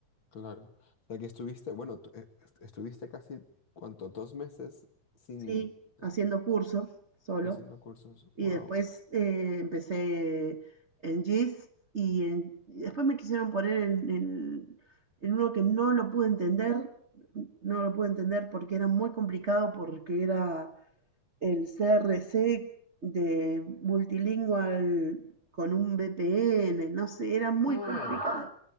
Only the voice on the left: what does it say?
claro. O sea, que estuviste, bueno, tú, eh, est- estuviste casi, ¿cuánto? Dos meses sin
eh,
haciendo cursos.
Wow.
Ah,